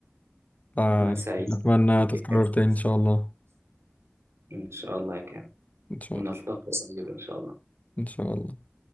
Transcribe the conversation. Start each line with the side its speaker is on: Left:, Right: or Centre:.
Left: فأتمنى
Right: أنا سعيد بيك
Left: تتكرر
Right: يا كابتن
Left: تاني ان شاء الله
Right: إن شاء الله يا كابتن
Left: ان شاء
Right: ونلتقي
Left: الله
Right: قريب إن شاء الله
Left: ان شاء الله